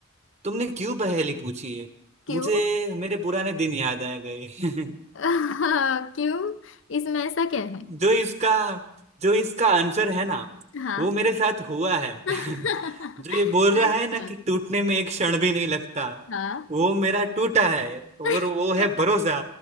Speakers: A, on the right; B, on the left.
A: तुमने क्यों पहेली पूछी है
B: क्यों
A: मुझे मेरे पुराने दिन याद आ गए
B: <laughs> क्यों इसमें ऐसा क्या है
A: <laughs> जो इसका जो इसका आंसर है ना
B: हाँ
A: वो मेरे साथ हुआ है
B: <laughs>
A: <laughs> जो ये बोल रहा
B: अच्छा
A: है ना कि टूटने में एक क्षण भी नहीं लगता
B: हाँ
A: वो मेरा टूटा है और
B: <laughs>
A: वो है भरोसा